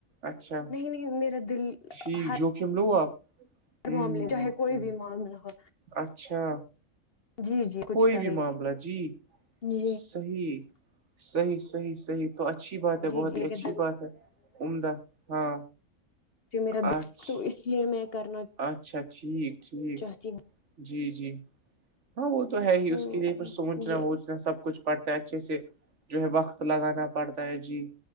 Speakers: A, on the right (about 55°); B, on the left (about 50°).
A: اچھا
B: نہیں نہیں میرا دل
A: ٹھیک
B: ہر
A: جوخم لو آپ
B: ہر
A: ہ
B: معاملے
A: ہ
B: چاہے کوئی
A: ہ
B: بھی معاملہ ہو
A: اچھا
B: جی جی کچھ
A: کوئی
B: کرے
A: بھی معاملہ جی
B: جی
A: صی صیح سحی سحیح تو اچھی بات ہے
B: جی
A: بہت
B: جی
A: ہی
B: لیکن
A: اچھی بات ہے عمدہ ہاں
B: پ میرا د
A: اچھا
B: تو اس لیے میں کرنا
A: اچھا ٹھیک ٹھیک
B: چاہتی ہوں
A: جی جی ہاں وہ تو ہے ہی
B: ہ
A: اس کے لیے پ سوچنا
B: جی
A: وہ سب کچھ پڑتا ہے اچھے سے جو ہے وقت لگانا پڑتا ہے جی